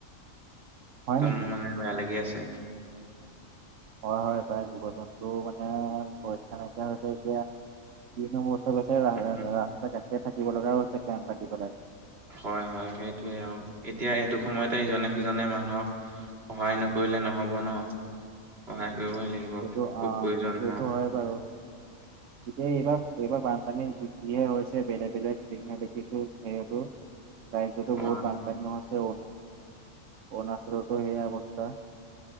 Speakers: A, on the right (about 65°); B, on the right (about 45°).
A: হয়
B: দম‌
A: নেকি
B: মানে বেয়া লাগি আছে।
A: হয়, হয়, প্ৰায় জীৱ জন্তু মানে সুৰক্ষা নাইকিয়া হৈছে এতিয়া, কি নো মুঠ- চব হৈছে ৰা,
B: উম
A: ৰা, ৰাস্তা ঘাটে থাকিব লগাও হৈছে কেম পাতি পেলাই।
B: হয়, হয়, সেইটোৱেই অঁ' এতিয়া এইটো সময়তে ইজনে সিজনে মানুহক- সহায় নকৰিলে নহব ন সহায় কৰিবই লাগিব
A: সেইটো
B: খুব
A: আহ
B: প্ৰয়োজন
A: সেইটো
B: ন।
A: হয় বাৰু।
B: <inaudible>
A: এতিয়া এইবাৰ এইবাৰ বানপানী যিহে হৈছে বেলেগ বেলেগ দেখিছো সেইবোৰ- ৰাজ্যতো
B: অ
A: বহুত বানপানীও আছে বহুত অৰুনাচলতো সেইয়া অৱস্থা।